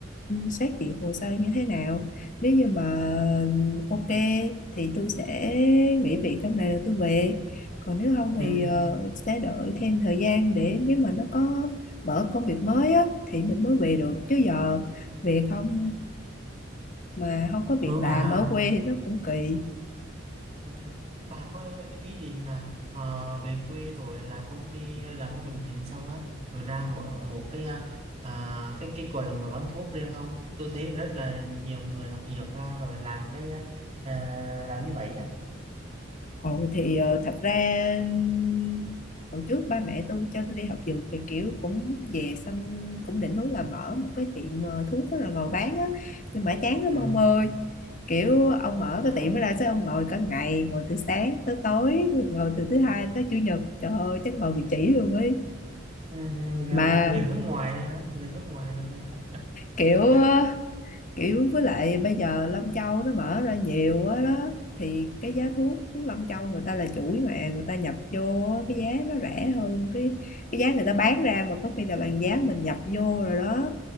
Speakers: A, on the left; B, on the right.
A: xét duyệt hồ sơ như thế nào nếu như mà ok thì tôi sẽ nghỉ việc trong này rồi tôi về còn nếu không
B: Ừ.
A: thì ờ, sẽ đợi thêm thời gian để nếu mà nó có mở công việc mới á thì mình mới về được chứ giờ về không mà không có
B: Rồi
A: việc làm
B: bà
A: ở quê thì nó cũng kỳ
B: đúng rồi. Bà có ý định là ờ, về quê rồi làm công ty làm trong bệnh viện xong á rồi ra mở một cái à, à, cái cái quầy mà bán thuốc riêng không? Tôi thấy rất là nhiều người học dược ra rồi làm cái à, làm như vậy á.
A: Ừ, thì ờ, thật ra ừm, hồi trước ba mẹ tôi cho tôi đi học dược thì kiểu cũng về xong cũng định hướng là mở một cái tiệm ờ, thuốc đó rồi ngồi bán á nhưng mà chán lắm
B: Ừ.
A: ông ơi kiểu ông
B: Làm
A: mở
B: tám.
A: cái tiệm đó ra sao ông ngồi cả ngày ngồi từ sáng tới tối ngồi từ thứ hai tới chủ nhật trời ơi chắc ngồi bị chỉ luôn ấy
B: Ừ, gặp
A: mà
B: gặp người hướng ngoài nữa hả? người hướng ngoài nữa này hả
A: kiểu
B: <laughs>
A: kiểu với lại bây giờ Lâm Châu nó mở ra nhiều quá đó thì cái giá thuốc Lâm Châu người ta là chuỗi mà người ta nhập vô á, cái giá nó rẻ hơn cái cái giá người ta bán ra mà có khi là bằng giá mình nhập vô rồi đó